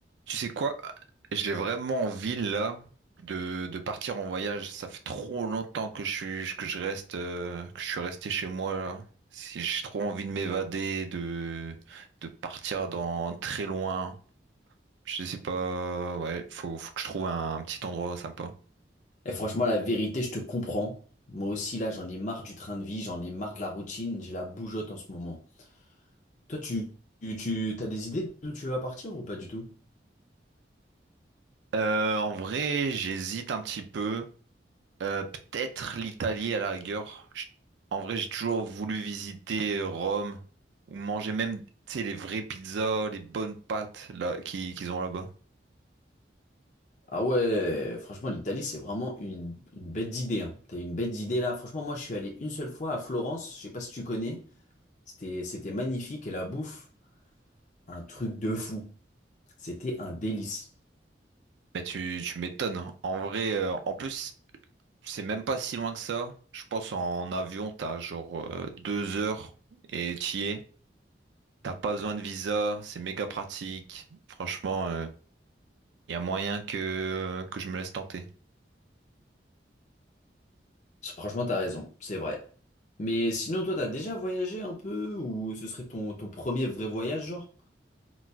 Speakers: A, on the right; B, on the left.
A: Tu sais quoi? J'ai vraiment envie là de, de partir en voyage. Ça fait trop longtemps que je suis que je reste euh, que je suis resté chez moi là. Si j'ai trop envie de m'évader, de de partir dans très loin. Je sais pas. Ouais, faut, faut que je trouve un, un petit endroit sympa.
B: Et franchement, la vérité, je te comprends. Moi aussi, là, j'en ai marre du train de vie, j'en ai marre de la routine, j'ai la bougeotte en ce moment. Toi, tu, tu, tu- t'as des idées d'où tu vas partir ou pas du tout?
A: Euh, en vrai, j'hésite un petit peu. Euh, peut-être l'Italie à la rigueur. Je- En vrai, j'ai toujours voulu visiter Rome ou manger même, tu sais, les vraies pizzas, les bonnes pâtes là qui- qu'ils ont là-bas.
B: Ah ouais, franchement, l'Italie, c'est vraiment une, une bête d'idée. Hein. T'as une bête d'idée là. Franchement, moi, je suis allé une seule fois à Florence, je sais pas si tu connais. C'était, c'était magnifique et la bouffe, un truc de fou. C'était un délice.
A: Mais tu, tu m'étonnes. hein. En vrai, euh, en plus, c'est même pas si loin que ça. Je pense en avion, t'as genre euh, deux heures et t'y es. T'as pas besoin de visa, c'est méga pratique. Franchement, il y a moyen que, que je me laisse tenter.
B: Franchement, t'as raison, c'est vrai. Mais sinon, toi, t'as déjà voyagé un peu ou ce serait ton, ton premier vrai voyage, genre?